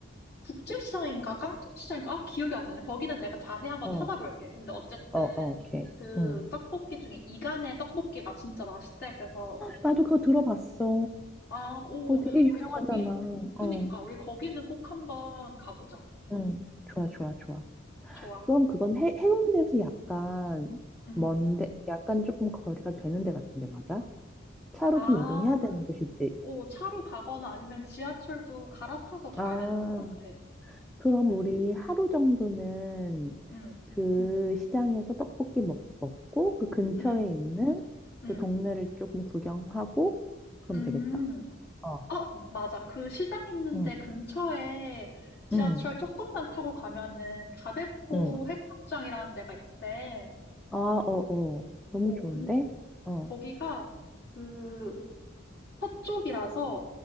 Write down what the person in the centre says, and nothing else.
어,
어, 어, 오케이.
응.
나도 그거 들어봤어.
그거 되게
유명하잖아.
어,
응. 좋아, 좋아, 좋아.
그럼 그건 해, 해운대에서 약간
먼데, 약간 조금 거리가 되는 데 같은데, 맞아? 차로
좀 이동해야 되는 곳이지.
아,
그럼 우리 하루 정도는
그 시장에서 떡볶이 먹, 먹고 그 근처에
있는
또 동네를 조금 구경하고 그럼
되겠다. 어,
응,
응,
응.
아, 어, 어. 너무
좋은데?
어,